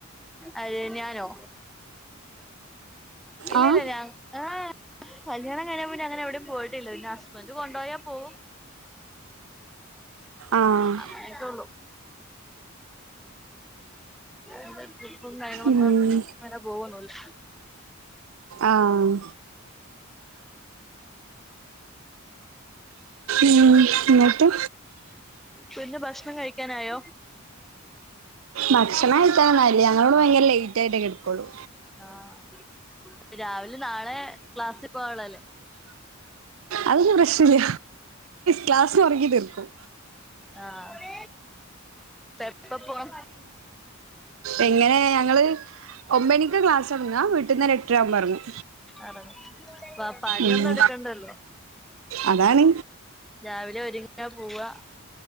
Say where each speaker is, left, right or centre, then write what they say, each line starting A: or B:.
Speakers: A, in the centre; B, on the right (about 75°).
A: ആര് ഞാനോ ഇല്ല
B: ആഹ്
A: ഇല്ല ഞാൻ ആഹ് കല്യാണം കഴിഞ്ഞേ പിന്നങ്ങനെവെടേം പോയിട്ടില്ല പിന്നെ ഹസ്ബന്റ് കൊണ്ടോയാ പോകും
B: ആഹ്
A: അങ്ങനെക്കൊള്ളു അങ്ങൻത്തെ ട്രിപ്പും കാര്യങ്ങളൊന്നും
B: ഉം
A: അങ്ങനെ പോവൊന്നുല്ല
B: ആഹ് ഉം എന്നിട്ട്
A: പിന്നെ ഭക്ഷണം കഴിക്കാനായോ
B: ഭക്ഷണം കഴിക്കാനൊന്നായില്ല ഞങ്ങളിവിടെ ഭയങ്കര ലേയ്റ്റ് ആയിട്ടേ കിടക്കുള്ളൂ
A: ആഹ് രാവിലെ നാളെ ക്ലാസ്സിൽ പോവാനുള്ളല്ലേ
B: അതൊന്നും പ്രശ്നില്ല ക്ലാസ് ഉറങ്ങി തീർക്കും
A: ആഹ് എപ്പം പോവും
B: എങ്ങനെ ഞങ്ങള് ഒമ്പണിക്ക് ക്ലാസ് തൊടങ്ങാ വീട്ട്ന്ന് ഒര് എട്ടര ആകുമ്പം ഇറങ്ങും
A: എറങ്ങും പ പണിയൊന്നും
B: ഉം
A: എടുക്കണ്ടല്ലോ
B: അതാണ്
A: രാവിലെ ഒരുങ്ങിയാ പോവാ